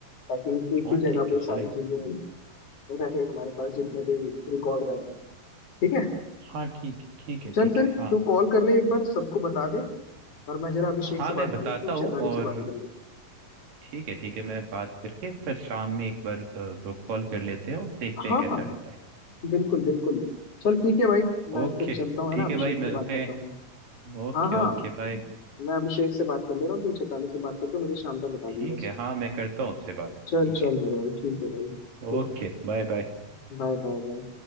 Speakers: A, on the left; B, on the right.
A: ताकि एक
B: हाँ
A: ही जगह
B: ठीक
A: पे
B: है
A: सारी
B: चलेगा
A: चीजें रहे हमारे पास जितने भी रिकॉर्ड वगैरह हैं। ठीक है
B: हाँ ठीक ठीक है
A: चल
B: ठीक
A: फिर
B: है हाँ
A: तू कॉल कर ले एक बार सबको बता दे और मैं जरा अभिषेक
B: हाँ
A: से
B: मैं
A: बात
B: बताता
A: कर लेंगे तो
B: हूँ
A: चेताली
B: और
A: से बात कर लेंगे
B: ठीक है ठीक है मैं बात करके फिर शाम में एक बार ग्रुप कॉल कर लेते हैं और देखते
A: हाँ
B: हैं कैसा
A: हाँ
B: रहता है
A: बिल्कुल बिल्कुल चल ठीक है भाई मैं
B: ओके
A: फिर चलता हूँ है
B: ठीक
A: ना अभिषेक
B: है भाई
A: से
B: मिलते
A: बात करता हूँ मैं
B: हैं Okay
A: हाँ हाँ
B: okay bye
A: मैं अभिषेक से बात कर ले रहा हूँ तू चेताली से बात करके मुझे शाम तक बता
B: ठीक
A: दी बस
B: है हाँ मैं करता हूँ उससे बात ठीक
A: चल चल
B: है
A: मेरे भाई ठीक है भाई ठीक
B: Okay bye bye
A: है Bye bye bye